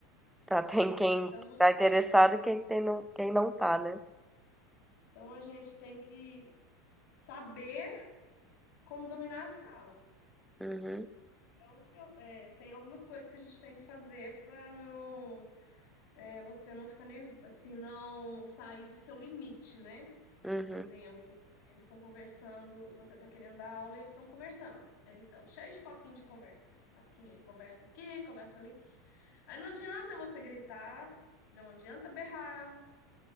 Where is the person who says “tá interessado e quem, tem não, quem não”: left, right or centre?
Centre